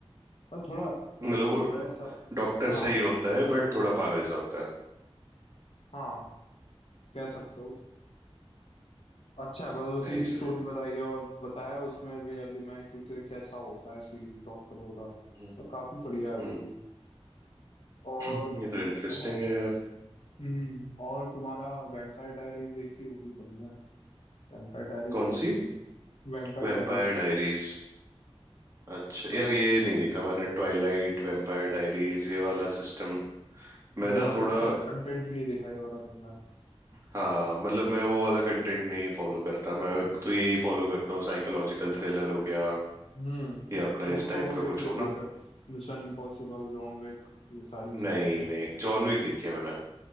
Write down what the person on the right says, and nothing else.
मतलब वो
डॉक्टर
सही होता है बट थोड़ा पागल सा होता है
नाइस
भाई
हम्म
हम्म
हम्म, ये तो इंटरेस्टिंग
है यार
कौन
सी
वेम्पायर
डायरीज अच्छा
यार ये नहीं देखा मैंने ट्वाइलाइट वेम्पायर डायरीज ये वाला सिस्टम मैं
ना
थोड़ा
हाँ मतलब मैं वो वाला कंटेंट नहीं फॉलो करता मैं तो यही फॉलो करता हूँ साइकोलॉजिकल थ्रिलर हो गया
या अपना
इस टाइप
का
कुछ
हो ना
नहीं नहीं जॉन विक देखी है मैंने